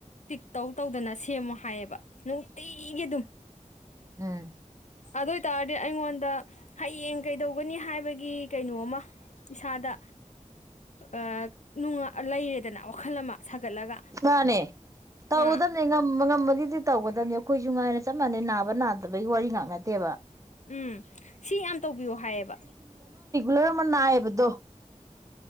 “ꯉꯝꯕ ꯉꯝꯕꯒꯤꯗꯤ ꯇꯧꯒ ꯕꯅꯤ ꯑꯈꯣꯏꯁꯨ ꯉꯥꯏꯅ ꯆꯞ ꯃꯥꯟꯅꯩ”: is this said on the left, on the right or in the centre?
Right